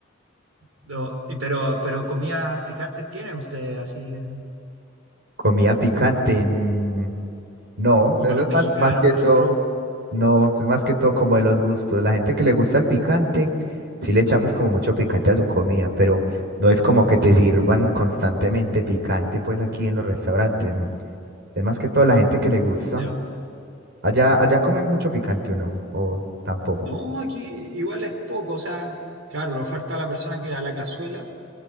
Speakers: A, on the right (about 80°); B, on the right (about 55°).
A: No, y pero, pero comidas picantes tienen ustedes, así eh,
B: Comida picante. mm, No,
A: como
B: eso
A: los
B: es
A: mexicanos,
B: más, más que
A: por
B: todo.
A: ejemplo.
B: No, es más que todo como de los gustos. La gente que le gusta el picante, sí le echa pues como mucho picante a su comida, pero no es como que te sirvan constantemente picante pues aquí en los restaurantes, no. Es más que todo la gente que le gusta.
A: Ya.
B: Allá, allá comen mucho picante o no, o tampoco.
A: No, aquí igual es poco, o sea, claro, le oferta a la persona que a la cazuela